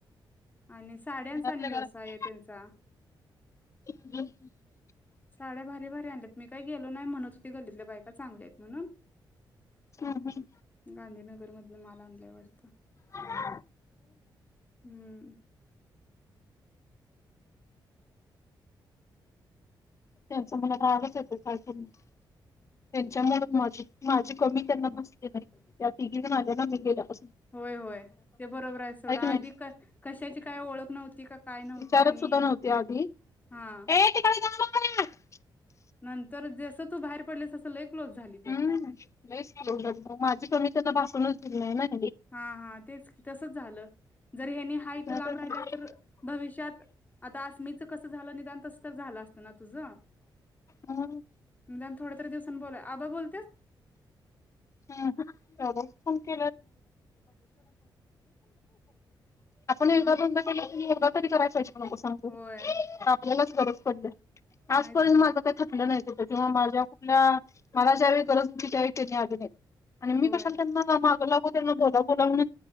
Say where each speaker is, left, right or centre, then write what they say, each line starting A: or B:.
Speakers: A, on the left; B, on the left.
A: आणि साड्यांचा
B: घरातल्या
A: आणि
B: घरात
A: व्यवसाय आहे त्यांचा.
B: <unintelligible>
A: साड्या भारी भारी आणल्यात मी काही गेलो नाही, म्हणत होती गल्लीतल्या बायका चांगल्या आहेत म्हणून.
B: हम्म हम्म
A: गांधीनगर मध माल आणलाय वाटत.
B: हा!
A: हूं!
B: त्यांचा मला रागच येतोय काय पण म्हणं. त्यांच्यामुळं माझी. माय. मी त्यांना भासली नाई त्या तिघीजण आ त्यांना मी गेल्यापास
A: होय, होय ते बरोबर आहे सोडा
B: की नाही
A: आधी क कशाची काय ओळख नव्हती, का काय नव्हतं
B: विचारत
A: आणि
B: सुद्धा नव्हते आधी
A: हा.
B: ए <unintelligible>
A: नंतर जेसं तू बाहेर पडलीस तसं लय. क्लोज झाली त्याने
B: हूं लयीचं क्लोज झाली मा माजी. मी त्यांना भासूनच दिली नाही नाय.
A: हा हा तेच तसच झालं, जर हेनी हा इत
B: नाहीतर
A: लांब राहिल्यास
B: काय
A: तर भविष्यात आता आस्मिच कस झालं निदान, तस तर झालं असतं ना तुझ
B: हम्म
A: निदान थोड दर दिवसान बोलाय आबा बोलत्यात.
B: <unintelligible> आपण एकदा
A: हा
B: दोनदा केलं तरी. तरी करायचय. हो हो
A: होय.
B: आपल्याला च गरज पडल्या. आजपर्यंन
A: नाहीच की
B: माझ काही थकलं नाहीत तेव्हा माझ्या कुठल्या मला ज्यावेळी गरज होती, त्यावेळी त्यांनी आली नाही. आणि मी
A: होय
B: कशाला त्यांना म माग लावू. त्यांना बोलाव बोलाव म्हणू.